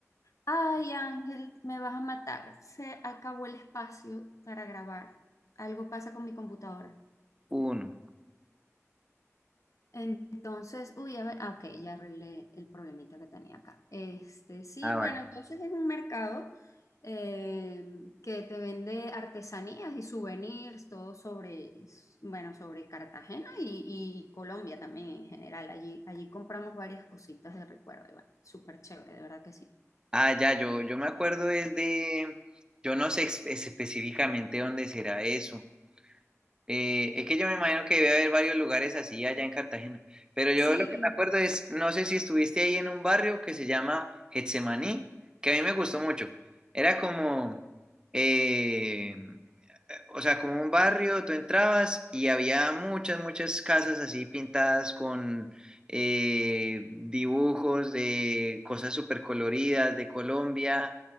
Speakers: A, on the left; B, on the right.
A: Ay, Ángel, me vas a matar. Se acabó el espacio para grabar. Algo pasa con mi computadora.
B: Uno.
A: Entonces, uy, a ver, ah, ok, ya arreglé el problemita que tenía acá. Este, sí,
B: Ah,
A: bueno,
B: vale.
A: entonces es un mercado eh, que te vende artesanías y souvenirs, todo sobre, bueno, sobre Cartagena y, y Colombia también en general. Allí, allí compramos varias cositas de recuerdo y bueno, súper chévere, de verdad que sí.
B: Ah, ya, yo, yo me acuerdo es de, yo no sé ex- específicamente dónde será eso. Eh, es que yo me imagino que debe haber varios lugares así allá en Cartagena. Pero yo
A: Sí,
B: lo que me acuerdo es, no sé si estuviste ahí en un barrio que se llama Getsemaní, que a mí me gustó mucho. Era como, eh, o sea, como un barrio, tú entrabas y había muchas, muchas casas así pintadas con eh, dibujos de cosas súper coloridas de Colombia,